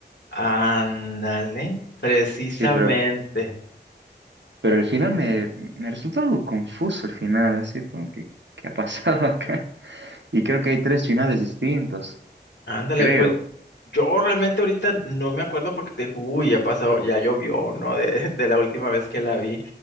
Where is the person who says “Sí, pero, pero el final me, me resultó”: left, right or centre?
Right